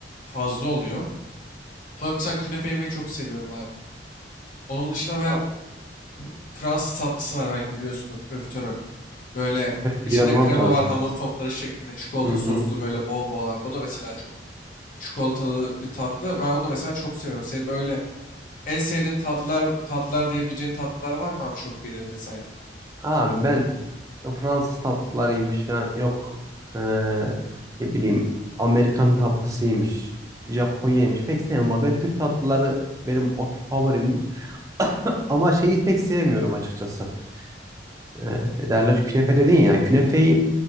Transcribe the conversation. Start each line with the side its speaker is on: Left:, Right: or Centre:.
Left: fazla oluyor. Ama ben mesela künefe yemeyi çok seviyorum abi. Onun dışında ben
Right: Tamam.
Left: Fransız tatlısı var belki biliyorsundur profiterol. Böyle içinde
Right: Biliyorum
Left: krema
Right: abi tabii.
Left: var hamur topları şeklinde çikolata
Right: Hı
Left: soslu
Right: hı.
Left: böyle bol bol abi. O da mesela çok çikolatalı bir tatlı. Ben onu da mesela çok seviyorum. Senin böyle en sevdiğin tatlılar tatlılar diyebileceğin tatlılar var mı abi çok yediğin vesaire?
Right: Abi ben Fransız tatlılarıymış falan yok. Ee, ne bileyim Amerikan tatlısıymış. Japonya'ymış. Pek sevmem ama ben Türk tatlıları benim o favorimdir. <coughs> Ama şeyi pek sevmiyorum açıkçası. Ee, ne derler? Künefe dedin ya. Künefeyi